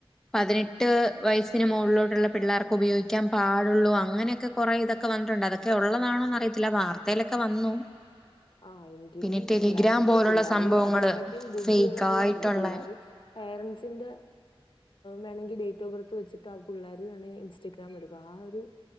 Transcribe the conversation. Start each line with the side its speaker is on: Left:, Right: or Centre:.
Centre: പതിനെട്ട് വയസ്സിന് മുകളിലോട്ടുള്ള പിള്ളേർക്ക് ഉപയോഗിക്കാൻ പാടുള്ളൂ അങ്ങനെയൊക്കെ കുറെേ ഇതൊക്കെ വ- ന്നി ട്ടുണ്ട് അതൊക്കെ ഉള്ളതാണോന്ന് അറിയത്തില്ല വാർത്തയിലൊക്കെ വന്നു
Left: ആ എങ്കിലും
Centre: പിന്നെ ടെലിഗ്രാം
Left: പിള്ളര് എന്തെ
Centre: പോലുള്ള
Left: പിള്ളര്
Centre: സംഭവങ്ങള്
Left: അതിനെക്കാട്ടിയും ബുദ്ധിയുള്ള
Centre: ഫേക്ക്
Left: പിള്ളേരല്ലേ
Centre: ആയിട്ടുള്ള
Left: പിള്ളര് പേരൻസ് ന്ത വെണെങ്കി ഡേറ്റ് ഓഫ് ബർത്ത് വെച്ചിട്ട് ആ പിള്ളര് വേണെ ഇന്റസ്റ്റാഗ്രാം <unintelligible> എടുക്കും ആ ഒരു